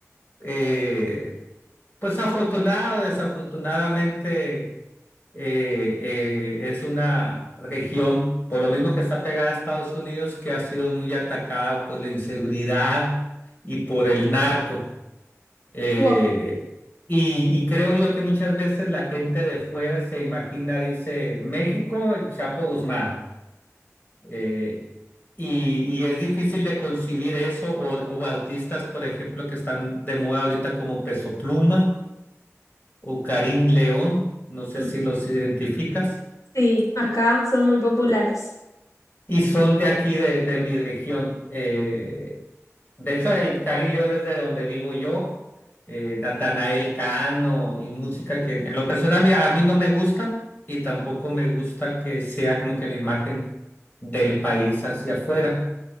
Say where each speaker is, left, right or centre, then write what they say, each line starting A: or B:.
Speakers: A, on the left; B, on the left.
A: eh, pues afortunado o desafortunadamente eh, eh, es una región, por lo mismo que está pegada a Estados Unidos, que ha sido muy atacada por la inseguridad y por el narco. Eh,
B: Wow.
A: y, y creo yo que muchas veces la gente de fuera se imagina, dice, México, el Chapo Guzmán. Eh, y, y es difícil de concebir eso, o, o artistas, por ejemplo, que están de moda ahorita como Peso Pluma o Karim León, no sé
B: Mm,
A: si los identificas.
B: Sí, acá son muy populares.
A: Y son de aquí, de, de mi región. Eh, de hecho, el Cari León es de donde vivo yo. Eh, Natanael Cano y música que en lo personal mira, a mí no me gusta y tampoco me gusta que sea como que la imagen del país hacia afuera.